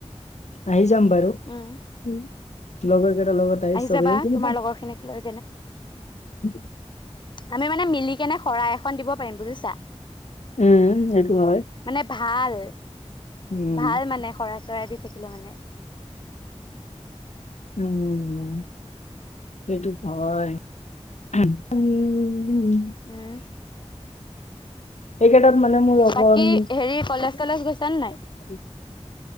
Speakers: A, on the left; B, on the left.
A: আহি যাম বাৰু।
B: উম।
A: উম, লগৰ তাৰ লগত আহি চবেই
B: যাবা তোমাৰ লগৰখিনিক লৈ
A: <unintelligible>
B: মানে মানে মিলি কেনে শৰাই এখন দিব পাৰিম বুজিছা।
A: উম, সেইটো হয়।
B: মানে ভাল,
A: উম
B: ভাল মানে শৰাই চৰাই দি থাকিলে মানে।
A: উম, সেইটো হয়। আমি
B: উম
A: এইকেইটাত মানে মোৰ লগৰ।
B: বাকী
A: উম'
B: হেৰি কলেজ চলেজ গৈছানে নাই